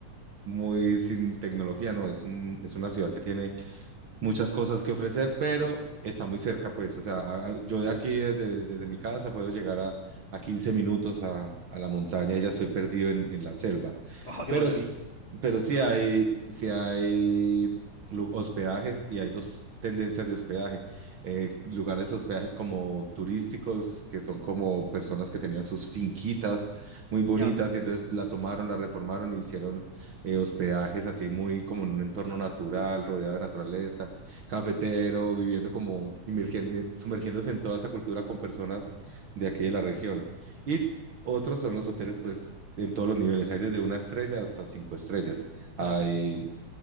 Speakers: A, on the right (about 55°); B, on the left (about 35°).
A: muy sin tecnología, no, es un, es una ciudad que tiene muchas cosas que ofrecer, pero está muy cerca, pues, o sea, a- a- yo de aquí, desde, desde mi casa, puedo llegar a, a 15 minutos a, a la montaña y ya estoy perdido en, en la selva.
B: ¡Oh, qué
A: Pero,
B: maravilla!
A: s- pero sí hay, sí hay lu- hospedajes y hay dos tendencias de hospedaje. Eh, lugares hospedajes como turísticos, que son como personas que tenían sus finquitas muy bonitas
B: Ya,
A: y entonces la tomaron, la reformaron y hicieron eh, hospedajes así muy como en un entorno natural, rodeado de naturaleza, cafetero, viviendo como inmergen- eh, sumergiéndose en toda esa cultura con personas de aquí de la región. Y otros son los hoteles, pues, en todos los niveles. Hay desde una estrella hasta cinco estrellas.
B: dale.
A: Hay